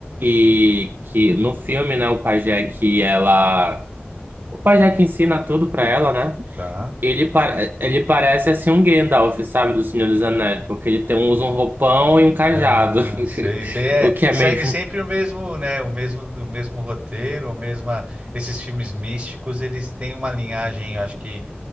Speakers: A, on the right (about 55°); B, on the right (about 25°).
A: que, que no filme, né, o pajé que ela o pajé que ensina tudo para ela, né?
B: Tá.
A: Ele, pare- ele parece assim um Gandalf, sabe, do Senhor dos Anéis, porque ele tem, usa um roupão e um cajado,
B: Ah, sei,
A: <laughs>
B: sei. É,
A: o que é
B: segue
A: meio.
B: sempre o mesmo, né? O mesmo, o mesmo roteiro, o mesma. Esses filmes místicos, eles têm uma linhagem, eu acho que